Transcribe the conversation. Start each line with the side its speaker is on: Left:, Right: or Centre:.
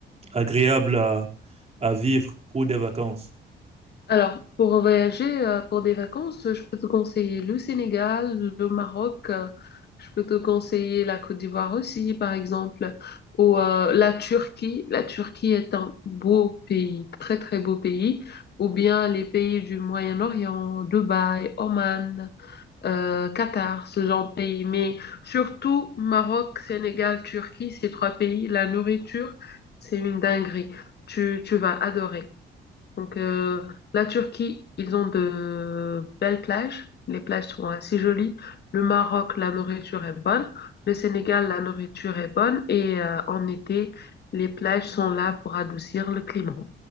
Right: agréables à, à vivre pour des vacances.
Left: Alors, pour voyager, euh, pour des vacances, je peux te conseiller le Sénégal, le Maroc, euh, je peux te conseiller la Côte d'Ivoire aussi, par exemple, ou euh, la Turquie. La Turquie est un beau pays, très très beau pays, ou bien les pays du Moyen-Orient, Dubaï, Oman, euh, Qatar, ce genre de pays. Mais surtout, Maroc, Sénégal, Turquie, ces trois pays, la nourriture, c'est une dinguerie. Tu, tu vas adorer. Donc, euh, la Turquie, ils ont de belles plages. Les plages sont assez jolies. Le Maroc, la nourriture est bonne. Le Sénégal, la nourriture est bonne. Et euh, en été, les plages sont là pour adoucir le climat.